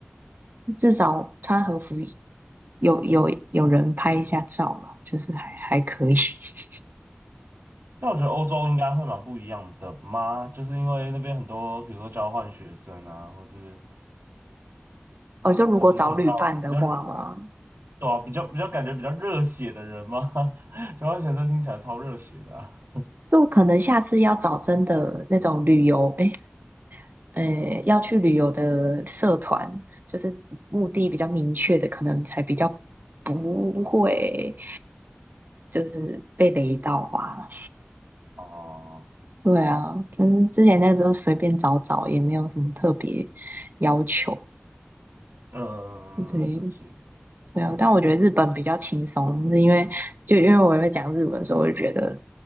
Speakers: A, on the right; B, on the right.
A: 至少穿和服有有有人拍一下照嘛，就是还还可以。<laughs>
B: 但我觉得欧洲应该会蛮不一样的嘛，就是因为那边很多，比如说交换学生啊，或是
A: 哦，就如果找旅伴的话嘛。
B: 就是比较比较对啊，比较比较感觉比较热血的人嘛。<laughs> 交换学生听起来超热血的啊。
A: 就可能下次要找真的那种旅游，诶，诶，要去旅游的社团，就是目的比较明确的，可能才比较不会就是被雷到吧。
B: 哦，
A: 对啊，就是之前那个时候随便找找，也没有什么特别要求。
B: 嗯，
A: 对
B: 了解，
A: 对啊，但我觉得日本比较轻松，是因为就因为我也会讲日文，所以我就觉得